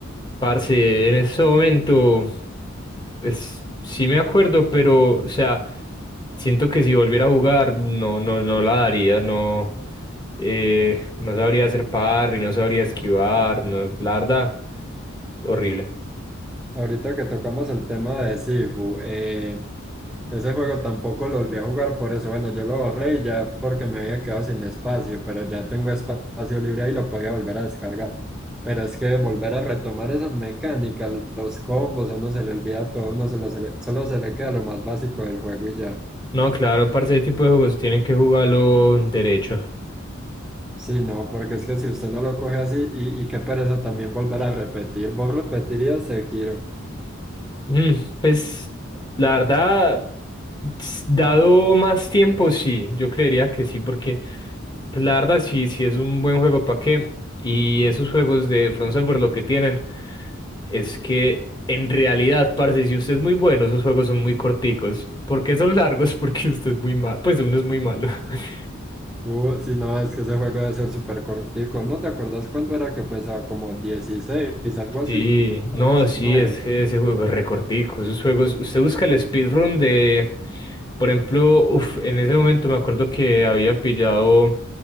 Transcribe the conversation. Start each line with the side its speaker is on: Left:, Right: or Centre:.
Left: Parce, en ese momento, es, sí me acuerdo, pero, o sea, siento que si volviera a jugar, no, no, no la daría, no, eh, no sabría hacer parry, no sabría esquivar, no, la verdad, horrible.
Centre: Ahorita que tocamos el tema de Sifu, eh, ese juego tampoco lo volví a jugar por eso. Bueno, yo lo borré y ya porque me había quedado sin espacio, pero ya tengo espacio libre y lo podía volver a descargar. Pero es que volver a retomar esas mecánicas, los combos, a uno se le olvida todo, a uno se lo- se le- solo se le queda lo más básico del juego y ya.
Left: No, claro, parce, ese tipo de juegos tienen que jugarlo derecho.
Centre: Sí, no, porque es que si usted no lo coge así, y, y qué pereza también volver a repetir, vos repetirías Sekiro.
Left: Mm, Pues la verdad, s- dado más tiempo, sí, yo creería que sí, porque pues, la verdad sí, sí es un buen juego para qué. Y esos juegos de Front Software lo que tienen es que en realidad, parce, si usted es muy bueno, esos juegos son muy corticos. ¿Por qué son largos? <laughs> Porque usted es muy malo, pues uno es muy malo. <laughs>
Centre: Uh, si no, es que ese juego debe ser súper cortico. ¿No te acordás cuánto era que pesaba? Como 16, algo así,
Left: Sí, no,
Centre: o diecinueve.
Left: sí, es que ese juego es recortico, esos juegos, usted busca el speedrun de, por ejemplo, uf, en ese momento me acuerdo que había pillado